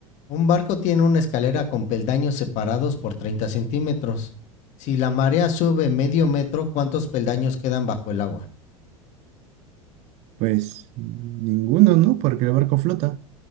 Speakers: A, on the left; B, on the right.
A: Un barco tiene una escalera con peldaños separados por 30 centímetros. Si la marea sube medio metro, ¿cuántos peldaños quedan bajo el agua?
B: Pues ninguno, ¿no? Porque el barco flota.